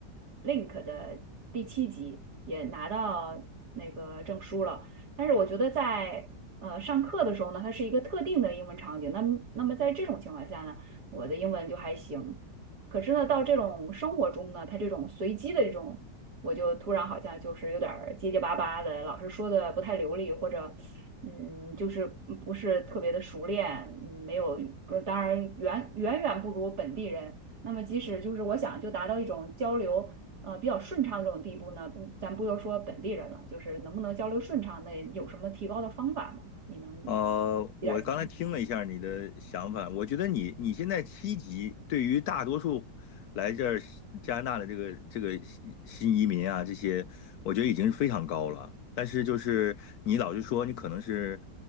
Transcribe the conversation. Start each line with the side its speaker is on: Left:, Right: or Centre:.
Right: Link 的第七集，也拿到那个证书了。但是我觉得在呃上课的时候呢，它是一个特定的英文场景。那么那么在这种情况下呢，我的英文就还行。可是呢，到这种生活中呢，它这种随机的这种，我就突然好像就是有点儿结结巴巴的，老师说的不太流利，或者嗯，就是不是特别的熟练，嗯没有，呃当然远远远不如本地人。那么即使就是我想就达到一种交流呃比较顺畅这种地步呢，不，咱不要说本地人了，就是能不能交流顺畅，那有什么提高的方法吗？你能
Left: 呃，我刚才听了一下你的想法，
Right: 给点儿建议吗？
Left: 我觉得你你现在七级，对于大多数来这儿加拿大的这个这个新新移民啊，这些，我觉得已经是非常高了。但是就是你老是说你可能是